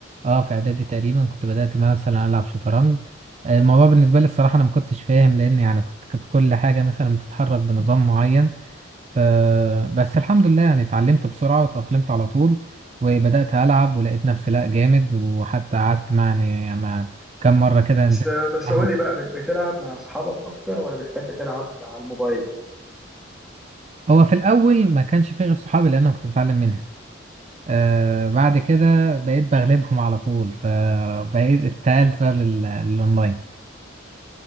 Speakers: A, on the right; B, in the centre.
A: اه في اعدادي تقريبا كنت بدأت مثلا العب شطرنج آه، الموضوع بالنسبة لي الصراحة انا ما كنتش فاهم لان يعني كنت كنت كل حاجة مثلا بتتحرك بنظام معين ف بس الحمد لله يعني اتعلمت بسرعة وتأقلمت على طول وبدأت ألعب ولقيت نفسي لا جامد وحتى قعدت مع يعني مع كم مرة كده
B: بس
A: نزلت
B: بس
A: معاهم
B: قول لي بقى بتلعب مع اصحابك اكتر ولا بتحب تلعب على الموبايل
A: هو في الأول ما كانش فيه غير صحابي لأن أنا كنت بتعلم منها آه بعد كده بقيت بغلبهم على طول فبقيت اتقلت بقى لل- للأونلاين